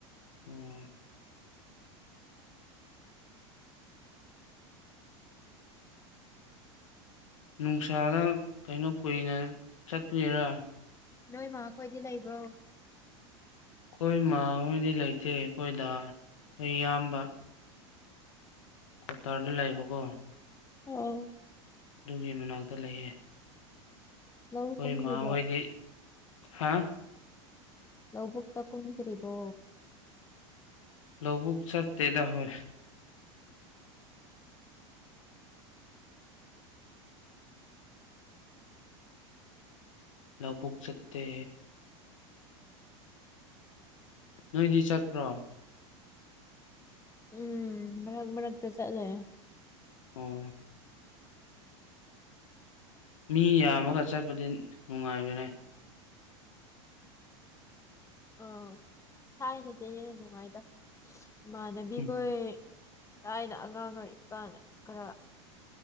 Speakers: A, on the left (about 80°); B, on the left (about 20°).
A: ꯎꯝ ꯅꯨꯡꯁꯥꯗ ꯀꯩꯅꯣ ꯀꯨꯏꯅ ꯆꯠꯂꯨꯒꯦꯔꯥ
B: ꯅꯣꯏ ꯃꯥꯈꯣꯏꯗꯤ ꯂꯩꯕ꯭ꯔꯣ
A: ꯑꯩꯈꯣꯏ ꯃꯥ ꯍꯗꯤ ꯂꯩꯇꯦ ꯑꯩꯈꯣꯏꯗ ꯑꯩꯈꯣꯏ ꯏꯌꯥꯝꯕ ꯀꯇꯥꯔꯗꯤ ꯂꯥꯛꯏꯕꯀꯣ
B: ꯑ
A: ꯑꯗꯨꯒꯤ ꯃꯅꯥꯛꯇ ꯂꯩꯌꯦꯦ
B: ꯂꯧ
A: ꯑꯩꯣꯏ
B: ꯀꯨꯝꯈꯤꯕ꯭ꯔꯣ
A: ꯃꯥ ꯑꯣꯏꯣꯏꯗꯤ ꯍꯥ
B: ꯂꯧꯕꯨꯛꯇ ꯀꯟꯈ꯭ꯔꯤꯕꯣ
A: ꯂꯕꯨꯛ ꯆꯠ ꯗꯦꯗꯥ ꯍ ꯂꯧꯕꯨꯛ ꯆꯠꯇ ꯅꯣꯏꯗꯤ ꯆꯠꯄ꯭ꯔꯣ
B: ꯎꯝ ꯃꯔꯔꯛ ꯃꯔꯔꯛꯛꯇ ꯆꯠꯂꯦ
A: ꯑꯣ ꯃꯤ ꯌꯥꯝꯃꯒ ꯆꯠꯄꯗꯤ ꯅꯨꯡꯉꯥꯏꯕꯅꯦ
B: ꯑ ꯊꯥꯏꯅꯗꯤꯦ ꯍꯦꯟꯅ ꯅꯨꯡꯉꯥꯏꯗ ꯏꯃꯥꯟꯅꯕꯤꯈꯣꯏ
A: ꯎꯝ
B: ꯊꯥꯏꯅ ꯑꯉꯥꯡ ꯑꯣꯏꯔꯤ ꯀꯥꯟꯗ ꯈꯔ